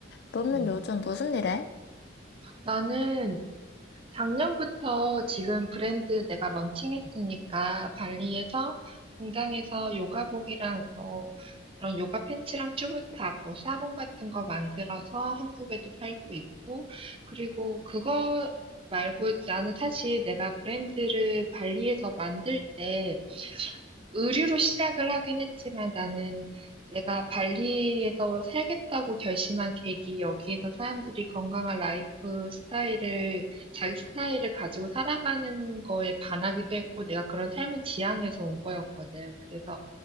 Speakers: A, on the left; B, on the right.
A: 너는
B: 음.
A: 요즘 무슨 일 해?
B: 나는 작년부터 지금 브랜드 내가 런칭했으니까 발리에서 공장에서 요가복이랑 어, 그런 요가 팬츠랑 튜브탑, 뭐 사롱 같은 거 만들어서 한국에도 팔고 있고 그리고 그거 말고 나는 사실 내가 브랜드를 발리에서 만들 때 의류로 시작을 하긴 했지만 나는 내가 발리에서 살겠다고 결심한 계기, 여기에서 사람들이 건강한 라이프 스타일을, 자기 스타일을 가지고 살아가는 거에 반하기도 했고, 내가 그런 삶을 지향해서 온 거였거든. 그래서